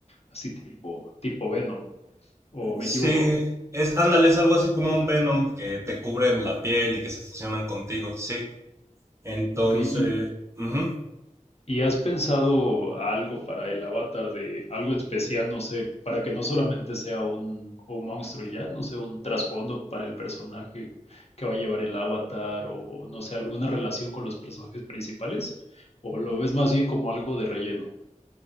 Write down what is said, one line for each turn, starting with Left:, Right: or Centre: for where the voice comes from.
Left: así tipo, tipo Venom, o me
Right: Sí,
Left: equivoco.
Right: es, ándale, es algo así como un Venom que te cubre en la piel y que se fusionan contigo, sí. Entonces,
Left: Ok, ¿y
Right: ujú.
Left: ¿Y has pensado algo para el avatar de algo especial, no sé, para que no solamente sea un, un monstruo y ya, no sé, un trasfondo para el personaje que va a llevar el avatar o no sé, alguna relación con los personajes principales? ¿O lo ves más bien como algo de relleno?